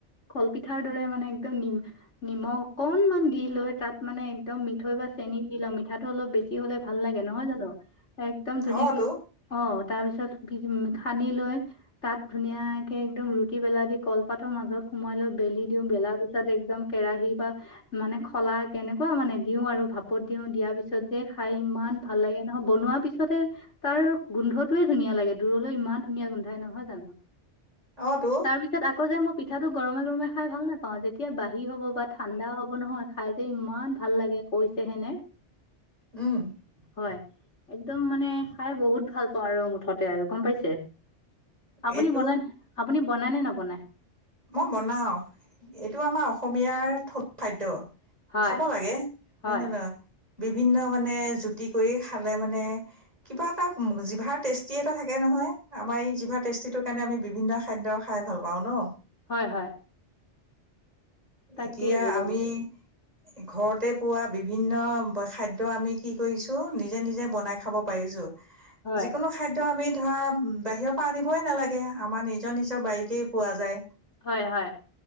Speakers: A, on the left; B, on the right.
A: কলপিঠাৰ দৰে মানে একদম নিম নিমখ অকনমান দি লৈ তাত মানে একদম মি- ঠৈ বা চেনি দি লওঁ, মিঠাটো অলপ বেছি হ'লে ভাল লাগে নহয় জানো? একদম ধুনীয়াকে-
B: অ তো
A: অঁ তাৰপিছত- দি দিম খানি লৈ তাত ধুনীয়াকে একদম ৰুটি বেলা দি কলপাতৰ মাজত সুমোৱাই লৈ- বেলি দিওঁ, বেলাৰ পিছত একদম- কেৰাহি বা মানে খলা কেনেকুৱা মানে দিওঁ আৰু ভাপত দিওঁ দিয়াৰ পিছত যে খাই ইমা- মান ভাল লাগে নহয়, বনোৱা পিছতে তাৰ গোন্ধটোয়ে ধুনীয়া লাগে। দূৰলৈ ইমান ধুনীয়া গোন্ধাই নহয় জানো?
B: অ তো
A: তাৰ পিছত, আক- আকৌ যে মই পিঠাটো গৰমে গৰমে খাই ভাল নেপাওঁ যেত- তিয়া বাহি হ'ব বা ঠাণ্ডা হ'ব নহয়, খাই যে ইমান ভাল লাগে কৈছেহেনে।
B: উম'
A: হয়, একদম মানে খাই বহুত ভাল পাওঁ আৰু মুঠতে আৰু গম পাইছে। আপুনি
B: এইটো
A: বনাই আপুনি বনায় নে নবনায়?
B: মই বনাওঁ এইটো আমাৰ অসমীয়াৰ থলুৱা খাদ্য।
A: হয়
B: খাব লাগে
A: হয়
B: জানিছ নাই, বিভিন্ন মানে জুতি কৰি খালে মানে- কিবা এটা জিভাৰ টেষ্টি এটা থাকে নহয়। আমাৰ এই জিভা টেষ্টিটোৰ কাৰণে আমি বিভিন্ন খাদ্য খাই ভাল পাওঁ ন।
A: হয় হয়। তাকেই
B: এতিয়া
A: বোলো
B: আমি- ঘৰতে পোৱা বিভিন্ন খাদ্য আমি কি কৰিছোঁ নিজে নিজে বনাই- খাব পাৰিছো।
A: হয়
B: যিকোনো- খাদ্য আমি ধৰা বাহিৰৰ পা আনিবই নালাগে, আমাৰ নিজৰ নিজৰ বাৰীতেই পোৱা যায়।
A: হয় হয়।